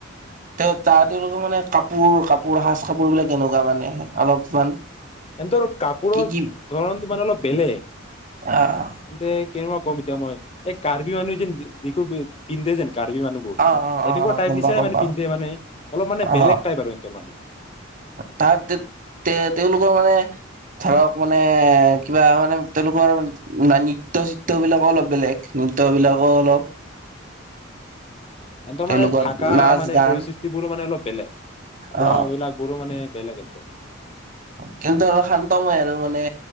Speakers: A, on the right (about 40°); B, on the left (about 30°).
A: <unintelligible> তেওঁলোকৰ মানে কাপোৰ কাপোৰ সাজ-কাপোৰ বিলাক কেনেকুৱা মানে অলপমান।
B: সেতৰ কাপোৰৰ
A: কি কি
B: ধৰণটো মানে অলপ বেলেগ। সেন্তে
A: আহ
B: কেনেকুৱা কম এতিয়া মই এই কাৰ্বি মানুহে যেন যিখোন পিন্ধে যেন। কাৰ্বি মানুহবোৰ
A: অ অ অ
B: এনেকুৱা
A: অ
B: টাইপ
A: গম
B: নিচিনাই
A: পাওঁ গম
B: মানে
A: পাওঁ
B: পিন্ধে মানে অলপ মানে
A: অ
B: বেলেগ টাইপ আৰু সিহতৰ মানে।
A: তাৰ তে তেওঁলোকৰ মানে ধৰক মানে কিবা মানে তেওঁলোকৰ নৃত্য-চিত্ৰ বিলাকো অলপ বেলেগ। নৃত্যবিলাক অলপ।
B: এহতৰ
A: তেওঁলোকৰ
B: মানে থাকা
A: নাচ
B: মানে
A: গান
B: পৰিস্থিতিবোৰো মানে অলপ বেলেগ, খোৱাৰ
A: অ
B: অভিলাখবোৰো মানে বেলেগে। ত'
A: কিন্তু, অলপ শান্তময় আৰু মানে